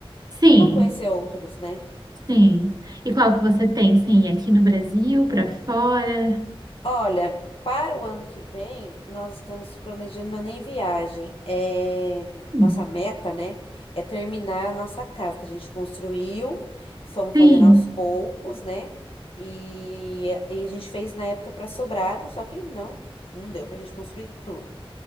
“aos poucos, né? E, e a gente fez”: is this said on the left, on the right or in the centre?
Left